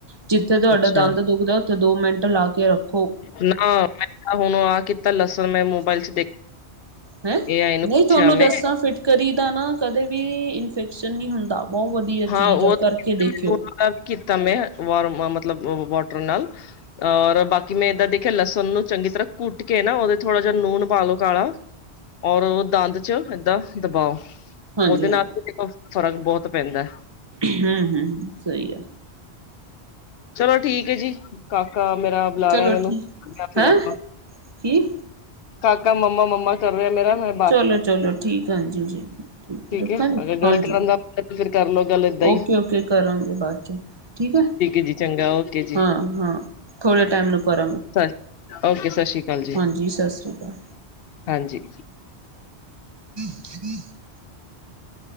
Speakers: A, on the right; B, on the left.
A: ਜਿਥੇ ਤੁਹਾਡਾ
B: ਅੱਛਾ
A: ਦੰਦ ਦੁਖਦਾ ਤੇ ਉਥੇ ਦੋ ਮਿੰਟ ਲਾ ਕੇ ਰੱਖ-
B: ਨਾ ਮੈਂ ਹੁਣ ਆ- ਲਸਣ ਮੈਂ ਮੋਬਾਈਲ ਚ ਦੇਖ,
A: ਹੈਂ
B: ਏ ਆਈ ਨੂੰ
A: ਨਹੀਂ
B: ਪੁਛਿਆ
A: ਤੁਹਾਨੂੰ ਦੱਸਾਂ
B: ਮੈੰ
A: ਫਿਟਕਰੀ ਦਾ ਨਾ ਕਦੇ ਵੀ ਇਨਫੈਕਸ਼ਨ ਨਹੀ ਹੁੰਦਾ ਬਹੁਤ ਵਧੀਆ
B: ਹਾਂ
A: ਚੀਜ
B: ਉਹ
A: ਆ
B: ਤਾਂ
A: ਕਰਕੇ
B: ਕੀਤਾ ਮੈਨੂੰ
A: ਦੇਖਿਓ
B: ਉਹਨਾਂ ਦਾ ਵੀ ਕੀਤਾ ਮੈਂ ਵਾਰਮ ਮਤਲਬ ਵਾਟਰ ਨਾਲ ਔਰ ਬਾਕੀ ਮੈਂ ਏਦਾਂ ਦੇਖਿਆ ਲਸਣ ਨੂੰ ਚੰਗੀ ਤਰ੍ਹਾਂ ਕੁਟ ਕੇ ਨਾ ਉਹਦੇ ਥੋੜਾ ਜਿਹਾ ਲੂਨ ਪਾ ਲਉ ਕਾਲਾ ਔਰ ਉਹ ਦੰਦ ਚ ਏਦਾਂ ਦਬਾਓ,
A: ਹਾਂਜੀ
B: ਉਹਦੇ ਨਾਲ ਦੇਖੋ ਫ਼ਰਕ ਬਹੁਤ ਪੈਦਾ
A: ਹੂੰ- ਹੂੰ ਸਹੀ ਹੈ।
B: ਚਲੋ ਠੀਕ ਹੈ ਜੀ, ਕਾਕਾ ਮੇਰਾ- ਬੁਲਾ
A: ਚਲੋ
B: ਰਿਹਾ ਮੈਨੂੰ
A: ਠੀਕ
B: ਜਾਂ ਫਿਰ
A: ਹੈਂ
B: ਆਪਾ
A: ਕੀ
B: ਕਾਕਾ ਮੰਮਾ- ਮੰਮਾ ਕਰ ਰਿਹਾ ਮੇਰਾ ਮ
A: ਚਲੋ, ਚਲੋ ਠੀਕ ਹੈ। ਹਾਂਜੀ ਜੀ ਠੀਕ ਰੱਖਾਂ
B: ਹੈ
A: ਜੀ
B: ਅਗਰ
A: ਹਾਂਜੀ
B: ਗੱਲ ਕਰਨ ਦਾ ਮਨ ਹੈ ਤਾਂ ਫਿਰ ਕਰ ਲਓ ਗੱਲ ਏਦਾਂ ਹੀ
A: ਓਕੇ- ਓਕੇ ਕਰਾਂਗੇ ਬਾਅਦ 'ਚ ਠੀਕ ਹੈ।
B: ਜੀ ਚੰਗਾ ਓਕੇ ਜੀ
A: ਹਾਂ -ਹਾਂ। ਥੋੜੇ ਟਾਈਮ ਨੂੰ ਕਰਾਂ
B: ਸਤ ਓਕੇ ਸਤਿ ਸ਼੍ਰੀ ਅਕਾਲ। ਜੀ
A: ਹਾਂਜੀ ਸਤਿ ਸ਼੍ਰੀ ਅਕਾਲ।
B: ਹਾਂਜੀ-
A: ਹਮ <unintelligible>